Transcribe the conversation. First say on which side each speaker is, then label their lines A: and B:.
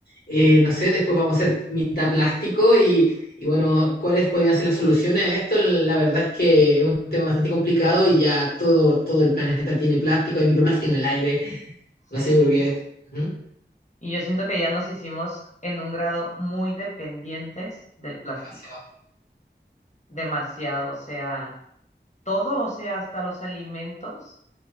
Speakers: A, on the left (about 55°); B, on the left (about 40°).
A: Eh, no sé, después vamos a ser mitad plástico y, y bueno, cuáles podrían ser las soluciones a esto. La verdad es que es un tema bastante complicado y ya todo, todo el planeta tiene plástico, hay microplástico en el aire, no
B: Sí.
A: sé, yo creo que es ujú,
B: Y yo siento que ya nos hicimos en un grado muy dependientes del plástico.
A: demasiado.
B: Demasiado. O sea, todo, o sea, hasta los alimentos